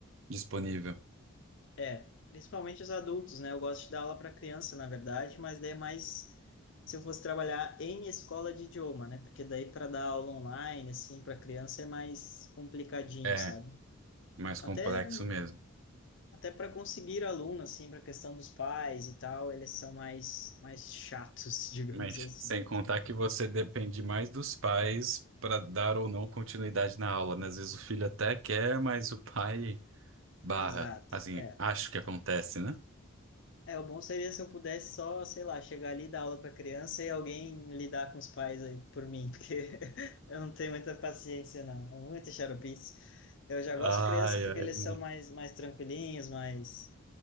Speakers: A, on the right (about 60°); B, on the left (about 55°).
A: disponível.
B: É, principalmente os adultos, né? Eu gosto de dar aula para criança, na verdade, mas daí é mais se eu fosse trabalhar em escola de idioma, né? Porque daí para dar aula online, assim, para criança é mais complicadinho,
A: É,
B: sabe?
A: mais
B: Até,
A: complexo mesmo.
B: até para conseguir aluno, assim, para questão dos pais e tal, eles são mais, mais chatos, <laughs> digamos
A: Mas
B: assim.
A: sem contar que você depende mais dos pais para dar ou não continuidade na aula, né? Às vezes o filho até quer, mas o pai barra,
B: Exato.
A: assim,
B: É.
A: acho que acontece, né?
B: É, o bom seria se eu pudesse só, sei lá, chegar ali, dar aula para criança e alguém lidar com os pais aí por mim, porque <laughs> eu não tenho muita paciência, não. É Muita xaropice. Eu já gosto
A: Ai,
B: de criança porque
A: ai,
B: eles são mais, mais tranquilinhos, mais,